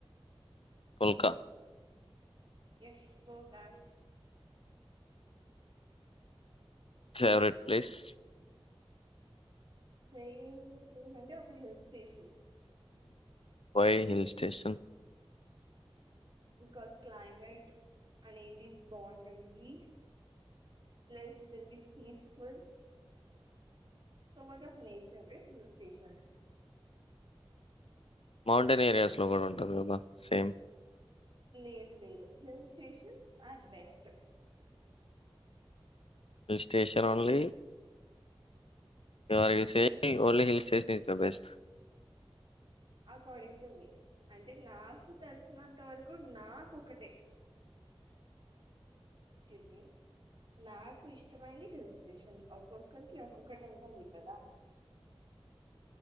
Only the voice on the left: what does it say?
phulka
favourite place
why hill station
mountain areas లో కూడా ఉంటుంది కదా సేమ్
hill station only you are you saying ఒల్ని hill station is the best